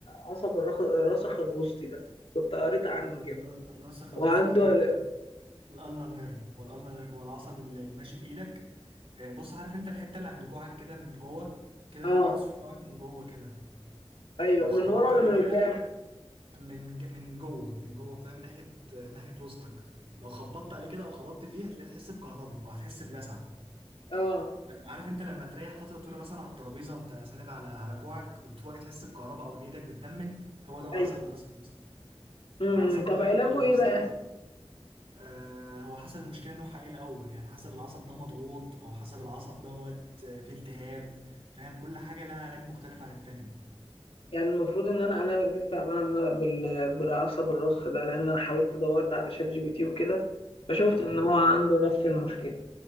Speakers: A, on the left; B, on the right.
A: العصب الرخ- الرسخ الوسطي ده كنت قريت عنه
B: ال-
A: كده
B: الراسخ
A: وعنده
B: الوسط ده اللي هو
A: ال-
B: الالنر نيرف هو الالنر نيرف هو العصب اللي ماشي في ايدك آه، بص عارف انت الحته اللي عند كوعك كده من جوه كده
A: اه
B: في بروز في كوعك من جوه كده
A: ايوه
B: لو خبطت
A: من ورا ولا
B: عليه
A: من
B: كده
A: قدام
B: من ج... من جوه من جوه فاهم ناحيه آه، ناحيه وسطك لو خبطت عليه كده او خبطت فيه هتلاقي تحس بكهرباء او هتحس بلسعه
A: اه
B: لم- عارف انت لما تريح فتره طويله مثلا على الترابيزه وانت ساند على على كوعك وتبقى تحس بكهرباء او ان ايدك بتنمل هو ده العصب
A: ايوه
B: الراسخ الوسطي
A: امم
B: العصب
A: طب
B: ده
A: علاجه
B: بيوصل
A: ايه بقى
B: آه، هو حسب المشكله نوعها ايه الاول يعني حسب العصب ده مضغوط او حسب العصب دوت آه، فيه التهاب فاهم كل حاجه لها علاج مختلف عن التاني
A: يعني المفروض ان انا انا والدتي تعبانه من- بال- بالعصب الرسخ ده لان انا حاولت دورت على شات جي بي تي وكده فشفت
B: حلو
A: ان هو عنده نفس المشكله